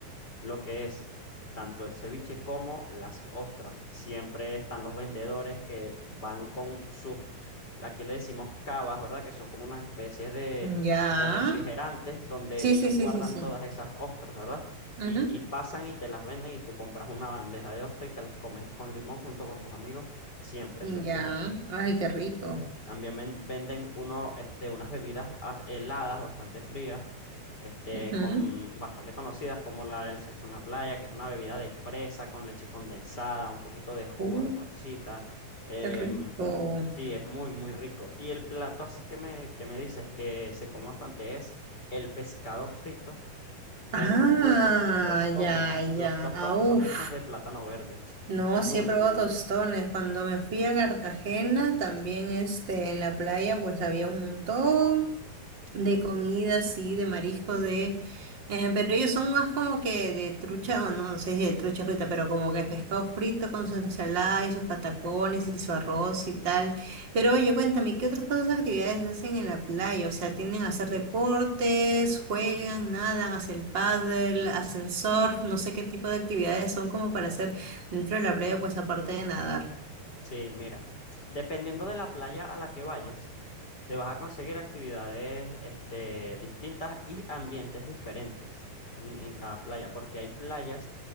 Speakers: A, on the left; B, on the right.
A: lo que es tanto el ceviche como las ostras. Siempre están los vendedores que van con sus, aquí le decimos cavas, ¿verdad? Que son como unas especies de,
B: Ya.
A: de refrigerantes donde
B: Sí,
A: ellos
B: sí, sí,
A: guardan
B: sí, sí.
A: todas esas ostras, ¿verdad?
B: Ujú.
A: Y, y pasan y te las venden y tú compras una bandeja de ostras y te las comes con limón junto con tus amigos. Siempre,
B: Ya.
A: eso es fijo.
B: Ay, qué rico.
A: También ven- venden uno, este, unas bebidas as- heladas bastante frías, este,
B: Ujú.
A: con, bastante conocidas como la del sexo en la playa, que es una bebida de fresa con leche condensada, un poquito de jugos
B: Uh,
A: de parchita. Em,
B: qué rico.
A: sí, es muy, muy rico. Y el plato así que me, que me dices que se come bastante es el pescado frito con
B: Ah,
A: unos buenos tostones.
B: ya, ya.
A: Los tostones
B: Ah, uf.
A: son hechos de plátano verde.
B: No,
A: Muy,
B: sí he probado
A: muy buenos.
B: tostones. Cuando me fui a Cartagena, también este, en la playa, pues había un montón. De comida, sí, de mariscos, de... eh, pero ellos son más como que de trucha, o no sé si de trucha frita, pero como que pescado frito con su ensalada y sus patacones y su arroz y tal. Pero oye, cuéntame, ¿qué otras cosas, actividades hacen en la playa? O sea, ¿tienden a hacer deportes, juegan, nadan, hacen paddle, hacen surf? No sé qué tipo de actividades son como para hacer dentro de la playa, pues aparte de nadar.
A: Sí, mira, dependiendo de la playa a la que vayas, te vas a conseguir actividades este, distintas y ambientes diferentes en, en cada playa, porque hay playas